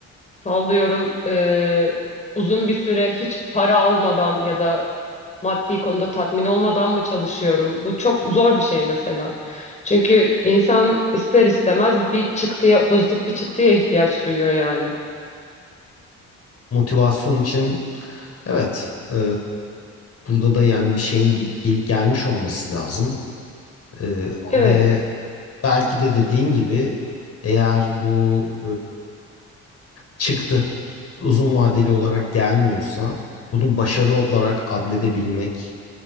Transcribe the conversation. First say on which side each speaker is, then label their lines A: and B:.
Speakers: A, on the left; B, on the left.
A: sallıyorum eee, uzun bir süre hiç para almadan ya da maddi konuda tatmin olmadan mı çalışıyorum? Bu çok zor bir şey mesela. Çünkü insan ister istemez bir çıktıya, pozitif bir çıktıya ihtiyaç duyuyor yani.
B: Motivasyon için evet, e, burada da yani bir şeyin ge- gel- gelmiş olması lazım. E,
A: Evet,
B: ve belki de dediğin gibi eğer bu çıktı uzun vadeli olarak gelmiyorsa bunu başarı olarak adledebilmek